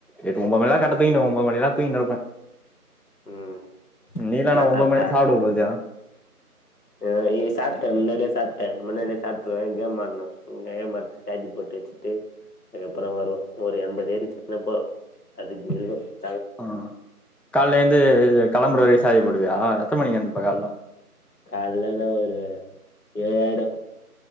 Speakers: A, in the centre; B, on the left (about 75°).
A: எட்டு ஒன்பது மணிலா கரட்டா தூங்கிடுவ ஒன்பது மணிலா தூங்கிண்டு கடப்பேன்
B: ம்
A: நீதானா
B: என்னா
A: ஒம்பது
B: சாப்ட்ட
A: மணிக்கே சாப்டுவ போல்தே
B: அ இ சாப்டே முன்னாடியே சாப்டே முன்னாடியே சாப்ட்ருவே கேம் ஆட்னு <unintelligible> சார்ஜ் பொட்டு வச்சுட்டு அதுக்கப்பறோ வருவோ ஒரு எண்பது ஏறிடிச்சினாப் போரு அது <unintelligible>
A: அ கால்ல ஏந்து இது கெளம்பற வரை சாஜூ போடுவியா எத்தன மணிகு எந்துப்ப கால்ல
B: கால்லனா ஒரு ஏழாயிடு